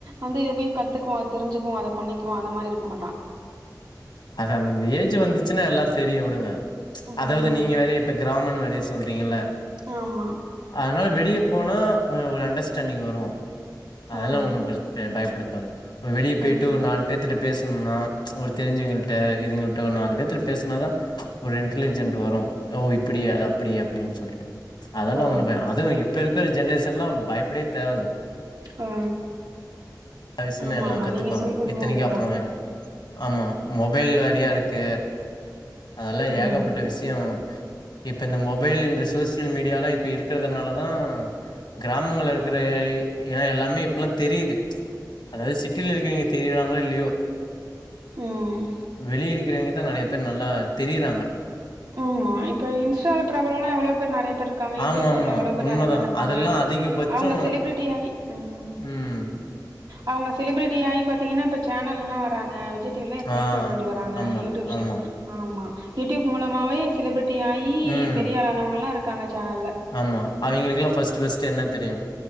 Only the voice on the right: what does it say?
வந்து எப்யோ கத்துக்குவோ அத தெரிஞ்சுக்குவோ அத பண்ணிக்குவோ அந்த மாரி இருக்க மாட்டா
ம்
ஆமா
ஆ
ம்
ஓ
ஆ
ஆமா
ஆமா
நீங்க சொல்றது என்னமோ
உண்மதான்
ஆமா
ம்
ஆமா இப்போ இன்ஸ்டால பிரபலோலா எவ்ளோ பேரு நெறைய பேரு க்காங்க யூடியூப்
பிரபலோ
எவ்ளோ பேரு
நெறைய பேரு இருக்காங்க
அவுங்க செலிபிரிட்டி ஆயி ம்
அவுங்க செலிபிரிட்டி ஆயி பாத்தீங்கன்னா இப்ப சேனல்லலா வராங்க விஜய் டீ வி லா எத்தனயோ
செலிபிரிட்டி வராங்க
யூடியூப்
ஆமா யூடியூப் மூலமாவே செலிபிரிட்டி ஆயி
பெரியாளானவங்கலா இருக்காங்க சேனல்